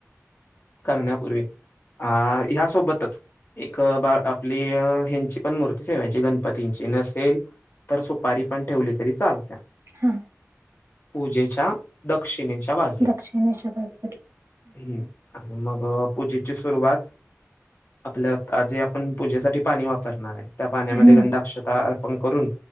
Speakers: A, on the left; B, on the right.
A: करण्यापूर्वी आ... ह्यासोबतच एक बा आपली ह्यांची पण मूर्ती ठेवायची, गणपतींची नसेल तर सुपारी पण ठेवली तरी चालत्या
B: हा.
A: पूजेच्या दक्षिणेच्या बाजूला,
B: दक्षिणेच्या बाजूला
A: हम्म आणि मग पूजेची सुरुवात आपल्या जे आपण पूजेसाठी पाणी वापरणार आहे त्या पाण्यामध्ये
B: हम्म
A: गंधाक्षता अर्पण करून